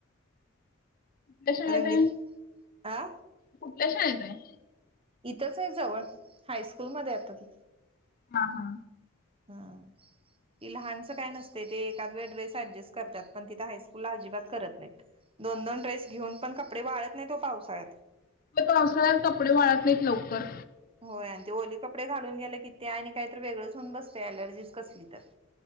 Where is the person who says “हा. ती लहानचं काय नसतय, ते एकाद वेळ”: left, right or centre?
Right